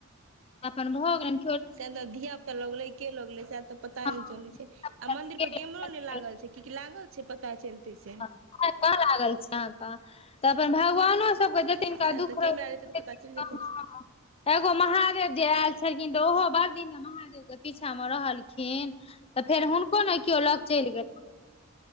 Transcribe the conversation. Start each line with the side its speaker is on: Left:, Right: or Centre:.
Left: अपन भोग हैन ‌।
Right: सेल ने धिया पुता लगले के लगले सह तऽ पताए
Left: हँ
Right: नैं चलैय छैं। आ मंदिर पर केमरो नहि लागल छै कि लागल छैय पता चलतैय से।
Left: कह लागल छी अहाँके। तऽ अपन भगवानो सबके दु तीनठा
Right: सएह
Left: दुःख
Right: तऽ कैमरा
Left: रहैय त
Right: रहतै तऽ पता चलि जेतै
Left: हां हां। <unintelligible> एगो महादेव जे आयल छलखिन तऽ ओहो बड़ दिन महादेव। पीछा में रहलखिन तऽ फेर हुनको ने क्यों लग चलि गेलैन।